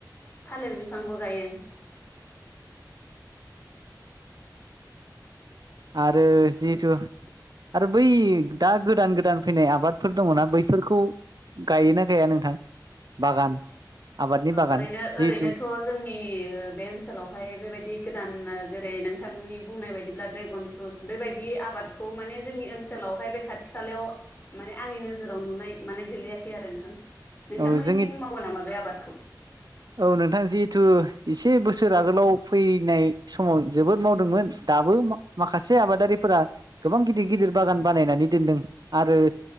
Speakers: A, on the left; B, on the right.
A: थालिर बिफांबो गायो।
B: आरो जिहेथु, आरो बै दा गोदान गोदान फैनाय आबादफोर दङना बैफोरखौ, गायोना गाया नोंथां बागान। आबादनि बागान
A: ओरैनो
B: जिहेथु
A: ओरैनोथ' जोंनि ओ बे ओनसोलावहाय बेबायदि गोदान जेरै नोंथांनि बुंनाय बायदिब्ला ड्रेगन फ्रुटस बेबायदि आबादखौ माने जोंनि ओनसोलावहाय बे खाथि खालायाव ओ माने आंनि नोजोराव नुनाय माने गोलैआखै आरो नोंथां नोंथांमोनिथिं
B: औ जोंनि
A: मावो नामा बे आबादखौ
B: औ नोंथां जिहिथु एसे बोसोर आगोलाव फैनाय समाव जोबोद मावदोंमोन दाबो माखासे आबादारिफोरा गोबां गिदिर गिदिर बागान बानायनानै दोनदों आरो